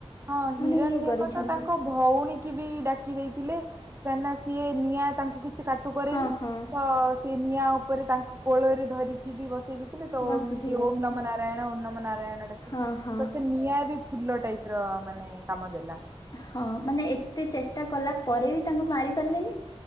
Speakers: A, on the right (about 20°); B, on the left (about 35°).
A: ହଁ ହିରଣ୍ୟକ
B: ମାନେ ଇଏ କରିଛନ୍ତି।
A: ତ ତାଙ୍କ ଭଉଣୀ କି ବି ଡାକି ଦେଇଥିଲେ। କାହିଁକି ନା ସିଏ ନିଆଁ ତାଙ୍କୁ କିଛି କାଟି କରେନି।
B: ହଁ ହଁ
A: ତ ସେ ନିଆଁ ଉପରେ ତାଙ୍କୁ କୋଳରେ ଧରିକି ବି ବସେଇ ଦେଇଥିଲେ। ତ
B: ବସିଥିଲେ
A: ସିଏ ଓମ୍ ନମଃ ନାରାୟଣ, ଓମ୍ ନମଃ ନାରାୟଣ ଡାକିଲେ।
B: ହଁ ହଁ।
A: ତ ସେ ନିଆଁ ବି ଫୁଲ ଟାଇପ୍ ର। ପ <unintelligible> ମାନେ କାମଦେଲା।
B: ହଁ, ମାନେ ଏତେ ଚେଷ୍ଟା କଲା ପରେ ବି ତାଙ୍କୁ ମାରି ପାରିଲେନି,